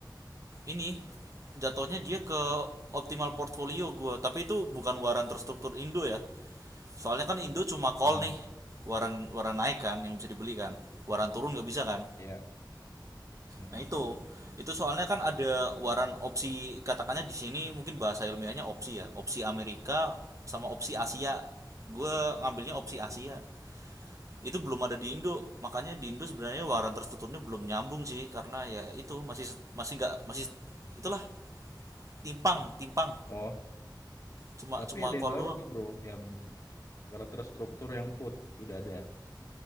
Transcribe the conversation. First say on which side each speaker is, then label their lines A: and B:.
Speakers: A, on the right; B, on the left.
A: ini jatuhnya dia ke optimal portfolio gua, tapi itu bukan waran terstruktur Indo ya. Soalnya kan Indo cuma call
B: Hmm,
A: nih. Waran waran naik kan yang bisa dibeli kan. Waran turun nggak bisa kan?
B: iya. Mm-mm.
A: Nah itu, itu soalnya kan ada waran opsi katakannya di sini mungkin bahasa ilmiahnya opsi ya, opsi Amerika sama opsi Asia. Gue ngambilnya opsi Asia. Itu belum ada di Indo, makanya di Indo sebenarnya waran tertuturnya belum nyambung sih karena ya itu masih masih nggak masih itulah timpang timpang
B: Oh,
A: cuma
B: tapi
A: cuma
B: ada
A: call
B: yang baru
A: doang.
B: bro, yang warna terstruktur yang put udah ada.